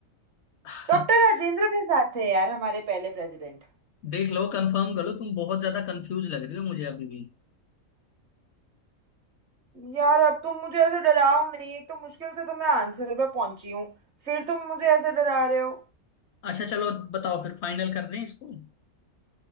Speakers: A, on the left; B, on the right.
A: <laughs>
B: डॉक्टर राजेंद्र प्रसाद थे यार हमारे पहले प्रेसिडेंट
A: देख लो कंफर्म कर लो तुम बहुत ज्यादा कंफ्यूज लग रही हो मुझे अभी भी
B: यार अब तुम मुझे ऐसे डराओ नहीं एक तो मुश्किल से तो मैं आंसर पे पहुंची हूँ फिर तुम मुझे ऐसे डरा रहे हो
A: अच्छा चलो बताओ फिर फाइनल कर दें इसको